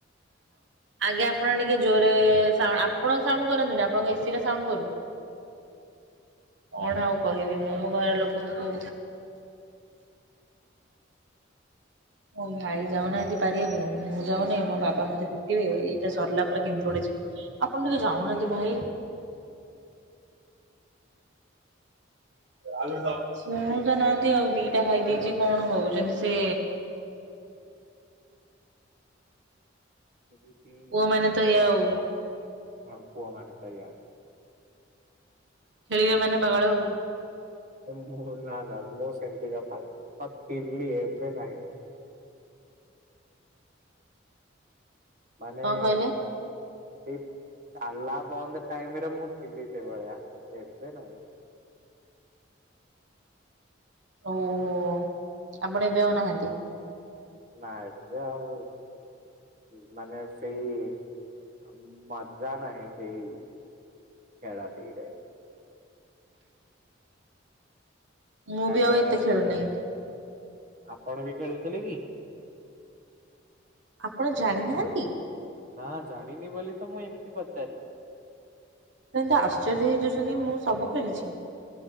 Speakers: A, on the right; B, on the right.
A: ଆଜ୍ଞା ଆପଣ ଟିକେ ଜୋରେ ସାଉ ଆପଣ ସାଉଣ୍ଡ କରନ୍ତୁନି ଆପଣଙ୍କ ଏ ସି ଟା ସାଉଣ୍ଡ କରୁ। କଣ ଆଉ କହିବି ମୁଁ ମୋ ଘର ଲୋକଙ୍କୁ। ଓ ଭାଇ ଯାଉନାହାନ୍ତି ପାରିବାକୁ ମୁଁ ଯାଉନାହିଁ ମୋ ବାପା ମତେ ପିଟିବେ ଏଇଟା ସରିଲା ପରେ କିନ୍ତୁ ଗୋଟେ ଯି ଆପଣ ଟିକେ ଯାଉନାହାନ୍ତି ଭାଇ। ଶୁଣୁ ତ ନାହାନ୍ତି ଆଉ ଦିଟା ଖାଇ ଦେଇଛି କଣ ହଉଛନ୍ତି ସେ।
B: କହିଲି କି
A: ପୁଅ ମାନେ ତ ଏଇଆ ଆଉ।
B: ହଁ ପୁଅ ମାନେ ତ ଏଇଆ।
A: ଖେଳିବ ମାନେ ପାଗଳ ଆଉ।
B: ମୁଁ ନା ନା ମୁଁ ସେମିତିକା ପା ହଁ ଥିଲି ଏବେ ନାହିଁ। ମାନେ
A: କଣ କହିଲେ
B: ସେଇ ତାଲା ବନ୍ଦ୍। ଟାଇମରେ ମୁଁ ଥିଲି ସେ ଭଳିଆ ଏବେ ନାଇଁ।
A: ଓହୋ ଆପଣ ଏବେ ଆଉ ନାହାନ୍ତି।
B: ନା ଏବେ ଆଉ ଉ ମାନେ ସେଇ। ଆଉ ମଜା ନାହି ସେଇ ଖେଳ ଟି ରେ।
A: ମୁଁ
B: କାହିଁକି
A: ବି ଆଉ
B: ନା
A: ଏତେ ଖେଳୁନାହିଁ।
B: ଆପଣ ବି ଖେଳୁଥିଲେ କି?
A: ଆପଣ ଜାଣିନାହାନ୍ତି?
B: ନା ଜାଣିନି ବୋଲି ତ ମୁଁ ଏମିତି ପଚାରିଲି।
A: <unintelligible> ଏମିତିଆ ଆଶ୍ଚର୍ଯ୍ୟ ହେଇଯାଉଛନ୍ତି ମୁଁ ସବୁ ଖେଳିଛି।